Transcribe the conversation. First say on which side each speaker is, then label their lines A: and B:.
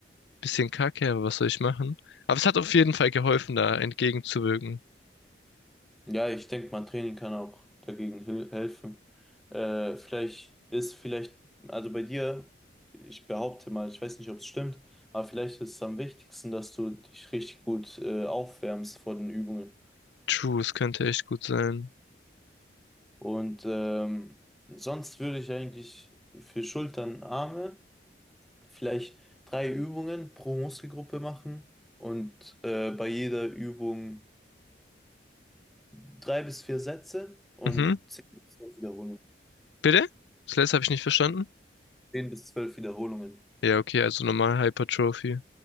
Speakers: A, on the left; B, in the centre.
A: bisschen kacke, aber was soll ich machen? Aber es hat auf jeden Fall geholfen, da entgegenzuwirken.
B: Ja, ich denke, mein Training kann auch dagegen hel- helfen. Äh, vielleicht ist vielleicht, also bei dir, ich behaupte mal, ich weiß nicht, ob es stimmt, aber vielleicht ist es am wichtigsten, dass du dich richtig gut äh, aufwärmst vor den Übungen.
A: True, es könnte echt gut sein.
B: Und ähm, sonst würde ich eigentlich für Schultern, Arme vielleicht drei Übungen pro Muskelgruppe machen und äh, bei jeder Übung drei bis vier Sätze und
A: Mhm.
B: zehn bis zwölf Wiederholungen.
A: Bitte? Das letzte habe ich nicht verstanden.
B: Zehn bis zwölf Wiederholungen.
A: Ja, okay, also normal Hypertrophie.